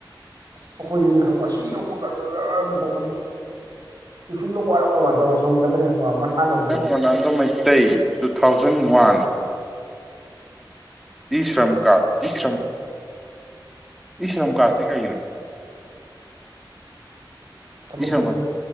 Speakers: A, on the right (about 50°); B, in the centre.
A: ꯑꯩꯈꯣꯏꯗꯗꯤ ꯈꯪꯕ ꯁꯤ ꯂꯧꯕꯌꯥꯗꯕ ꯇꯧꯔꯛꯀꯅꯤ ꯀꯦꯞꯁꯨꯟ ꯂꯧ ꯍꯥꯢꯔꯒ ꯇꯧꯔ ꯁꯥꯎꯖꯜꯂꯛꯀꯅꯦ ꯈꯪꯕ ꯃꯁꯥꯟꯅꯗꯤ
B: Ronaldo Meitei two thousand one ꯏꯁ꯭ꯔꯝ ꯀꯥꯠ ꯏꯁ꯭ꯔꯝ ꯏꯁ꯭ꯔꯝ ꯀꯥꯠꯁꯤ ꯀꯩꯒꯤꯅꯦ
A: <inaudible> ꯊꯕꯛ
B: ꯏ ꯁ꯭ꯔꯝ
A: ꯁꯨꯕ
B: ꯀꯥꯔꯗ